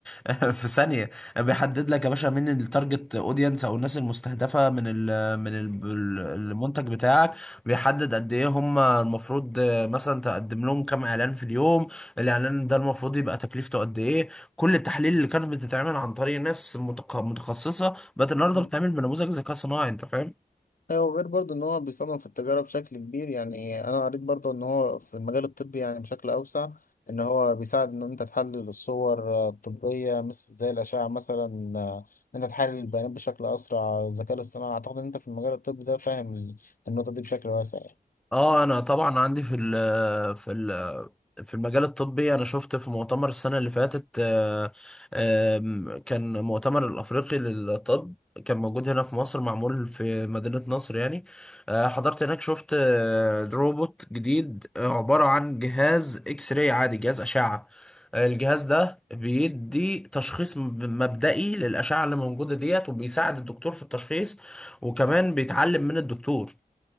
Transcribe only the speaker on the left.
مم.
ايوه غير برضو ان هو بيستخدم في التجاره بشكل كبير يعني انا قريت برضو ان هو في المجال الطبي يعني بشكل اوسع ان هو بيساعد ان انت تحلل الصور آه، الطبيه مثل زي الاشعه مثلا آه، ان انت تحلل البيانات بشكل اسرع الذكاء الاصطناعي اعتقد ان انت في المجال الطبي ده فاهم ال- النقطه دي بشكل واسع يعني